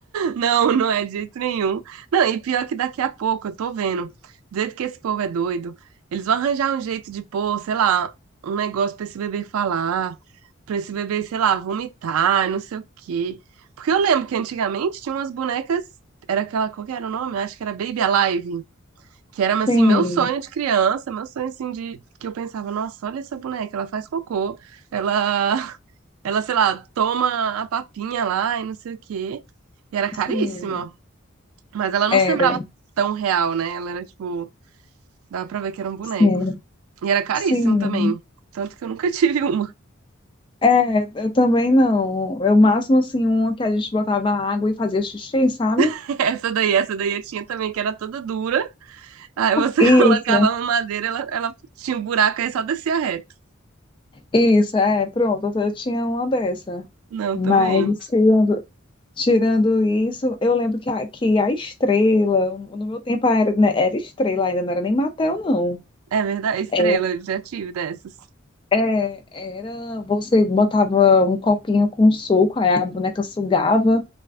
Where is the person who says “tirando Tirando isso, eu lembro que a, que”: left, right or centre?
Left